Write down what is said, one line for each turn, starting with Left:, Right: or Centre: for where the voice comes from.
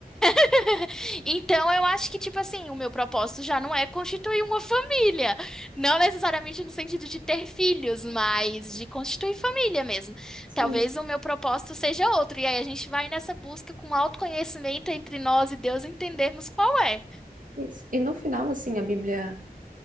Centre: <laughs> então eu acho que, tipo assim, o meu propósito já não é constituir uma família. Não necessariamente no sentido de ter filhos, mas de constituir família mesmo.
Right: Sim.
Centre: Talvez o meu propósito seja outro. E aí a gente vai nessa busca com autoconhecimento entre nós e Deus entendermos qual é.
Right: Isso. E no final, assim, a Bíblia